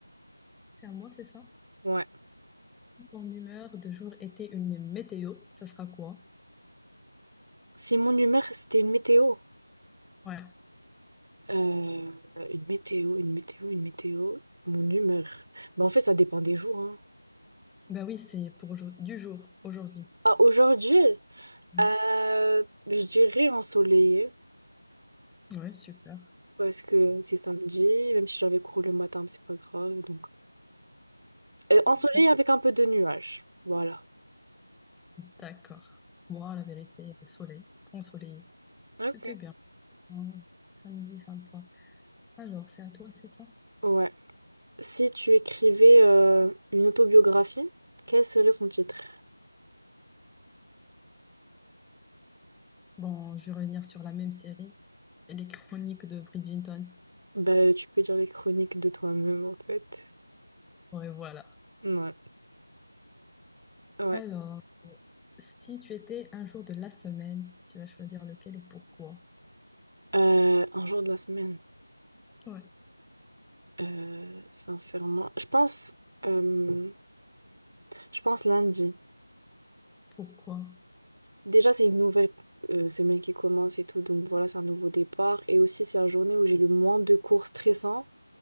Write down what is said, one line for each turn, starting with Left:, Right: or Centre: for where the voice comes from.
Centre: C'est à moi, c'est ça?
Right: ouais.
Centre: Ton humeur de jour était une météo, ça sera quoi?
Right: Si mon humeur, c'était une météo.
Centre: Ouais.
Right: Euh, une météo, une météo, une météo. Mon humeur. Bah, en fait, ça dépend des jours, hein.
Centre: Bah oui, c'est pour aujourd- du jour, aujourd'hui.
Right: Ah, aujourd'hui,
Centre: Ouais.
Right: euh, je dirais ensoleillé,
Centre: Ouais, super.
Right: parce que c'est samedi, même si j'avais cours le matin, mais c'est pas grave, donc... Euh,
Centre: Ok.
Right: ensoleillé avec un peu de nuages. Voilà.
Centre: D'accord. Moi, la vérité, le soleil, ensoleillé.
Right: Ok.
Centre: C'était bien. Ouais, Samedi, sympa. Alors, c'est à toi, c'est ça?
Right: Ouais. Si tu écrivais euh, une autobiographie, quel serait son titre?
Centre: Bon, je vais revenir sur la même série, les chroniques de Bridgerton.
Right: Bah, tu peux dire les chroniques de toi-même, en fait.
Centre: Ouais, voilà.
Right: Ouais. Ouais.
Centre: Alors, si tu étais un jour de la semaine, tu vas choisir lequel et pourquoi?
Right: Euh, un jour de la semaine.
Centre: Ouais.
Right: Euh, sincèrement, je pense, euh, je pense lundi.
Centre: Pourquoi?
Right: Déjà, c'est une nouvelle euh, semaine qui commence et tout, donc voilà, c'est un nouveau départ. Et aussi, c'est la journée où j'ai le moins de cours stressants.